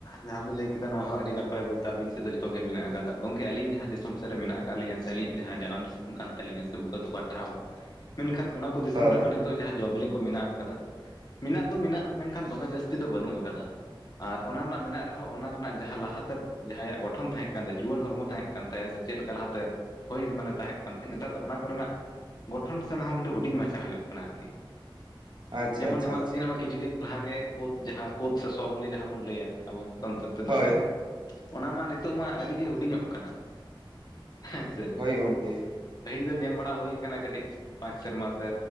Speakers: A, on the left; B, on the right.
A: ᱡᱟᱦᱟᱸᱵᱤᱱ ᱞᱟᱹᱭ ᱠᱮᱫᱟ ᱱᱚᱣᱟ ᱦᱚᱸ ᱟᱹᱰᱤ ᱱᱟᱯᱟᱭ ᱵᱚᱞᱛᱮ ᱟᱹᱵᱤᱱ ᱥᱮᱫ ᱫᱚ ᱡᱚᱛᱚᱜ ᱜᱮ ᱢᱮᱱᱟᱜ ᱟᱠᱟᱫᱟ, ᱜᱚᱝᱠᱮ ᱟᱹᱞᱤᱧ ᱡᱟᱦᱟᱸ ᱫᱤᱥᱚᱢ ᱥᱮᱫ ᱨᱮ ᱢᱮᱱᱟᱜ ᱟᱠᱟᱜᱣᱟ ᱠᱫ ᱞ ᱥ <unintelligible> ᱮ ᱟᱹᱞᱤᱧᱟᱜ ᱡᱟᱦᱟᱸ ᱡᱟᱱᱟᱢ ᱫᱤᱥᱚᱢ ᱠᱟᱱ ᱛᱟᱹᱞᱤᱧᱟ ᱥᱮ ᱵᱩᱠᱟᱹ ᱛᱟᱠᱚ ᱴᱷᱟᱶ ᱢᱮᱱᱠᱷᱟᱱ ᱚᱱᱟ ᱠᱚ ᱫᱤᱥᱚᱢ
B: ᱦᱳᱭ
A: ᱨᱮᱢᱟ, ᱱᱤᱛᱚᱜ ᱡᱟᱦᱟᱸ ᱡᱚᱵᱞᱤ ᱠᱚ ᱢᱮᱱᱟᱜ ᱟᱠᱟᱫᱟ ᱢᱮᱱᱟᱜ ᱫᱚ ᱢᱮᱱᱟᱜ ᱢᱮᱱᱠᱷᱟᱱ ᱫᱚᱢᱮ ᱡᱟᱹᱥᱛᱤ ᱫᱚ ᱵᱟᱹᱱᱩᱜ ᱟᱠᱟᱫᱟ, ᱟᱨ ᱚᱱᱟ ᱨᱮᱱᱟᱜ ᱢᱮᱱᱟᱜ ᱨᱮᱦᱚᱸ ᱚᱱᱟ ᱨᱮᱱᱟᱜ ᱡᱟᱦᱟᱸ ᱞᱟᱦᱟᱛᱮ ᱡᱟᱦᱟᱸᱭᱟᱜ ᱜᱚᱴᱷᱚᱱ ᱛᱟᱦᱮᱸ ᱠᱟᱱ ᱛᱟᱭᱟ ᱡᱩᱣᱟᱹᱱ ᱦᱚᱲᱢᱚ ᱛᱟᱦᱮᱸ ᱠᱟᱱ ᱛᱟᱭᱟ ᱥᱮ ᱪᱮᱫ ᱞᱮᱠᱟ ᱞᱟᱦᱟᱛᱮ ᱦᱳᱭ ᱢᱟᱱᱮ ᱛᱟᱦᱮᱸ ᱠᱟᱱ ᱛᱟᱦᱮᱸᱫ ᱱᱮᱛᱟᱨ ᱫᱚ ᱚᱱᱟ ᱠᱚᱨᱮᱱᱟᱜ, ᱜᱚᱴᱚᱱ ᱥᱮ ᱚᱱᱟᱦ ᱠᱟᱹᱴᱤᱡ ᱦᱩᱰᱤᱧ ᱢᱟᱪᱷᱟ ᱦᱩᱭᱩᱜ ᱠᱟᱱᱟ ᱟᱨᱠᱤ
B: ᱟᱪᱪᱷᱟ
A: ᱡᱮᱢᱚᱱ
B: ᱟᱪᱪᱷᱟ
A: ᱱᱚᱣᱟ
B: ᱟᱪᱪᱷᱟ
A: ᱥᱤᱡᱤᱱᱜ ᱠᱤᱪᱷᱩ ᱫᱤᱱ ᱚᱱᱟᱜᱮ ᱠᱳᱫ ᱡᱟᱦᱟᱸ ᱠᱳᱫ ᱥᱮ ᱥᱚᱥᱚ ᱵᱚᱞᱤ ᱡᱟᱦᱟᱸ ᱵᱚᱱ ᱞᱟᱹᱭᱟ ᱟᱵᱚ ᱥᱟᱱᱛᱟᱲ ᱛᱮᱫᱚ
B: ᱦᱳᱭ
A: ᱥᱮ, ᱚᱱᱟ ᱢᱟ ᱱᱤᱛᱚᱜ ᱢᱟ ᱟᱹᱰᱤ ᱜᱮ ᱦᱩᱰᱤᱧᱚᱜ ᱠᱟᱱᱟ ᱦᱮᱸ ᱥᱮ
B: ᱦᱳᱭ ᱜᱚᱢᱠᱮ,
A: ᱯᱟᱹᱦᱤᱞ ᱫᱚ ᱧᱮᱞ ᱵᱟᱲᱟ ᱦᱩᱭ ᱟᱠᱟᱱᱟ ᱠᱟᱹᱴᱤᱡ ᱯᱟᱸᱪ ᱥᱮᱨᱢᱟ ᱥᱮ